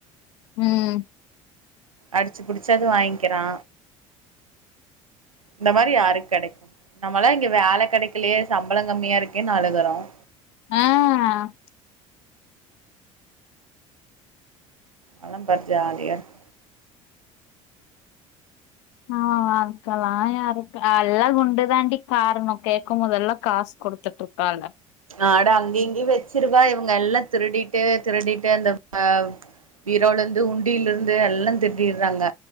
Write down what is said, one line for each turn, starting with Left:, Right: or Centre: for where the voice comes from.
Left: ம்
Right: அடிச்சு புடிச்சாது வாங்கிறா இந்த மாரி யாருக் கிடைக் நம்பாளா இங்க வேல கிடைக்கலயே சம்பள கம்மியா இருக்கே அழுகுறோம்
Left: ம்
Right: அவ லா பார் ஜாலியா இருக்
Left: ஆ அதுகள்ள யாருக் அல்லா குண்டு தாண்டி காரணும் கேட்கு போதல்லா காஸ் குடுத்துட்டு இருக்காலுங்க
Right: அட அங்க இங்கயும் வச்சிருவா இவுங்க எல்லா திருடிட்டு திருடிட்டு அந்த. ப் ஆ பீரோலந்து உண்டில்லருந்து எல்லா திருடிறாங்க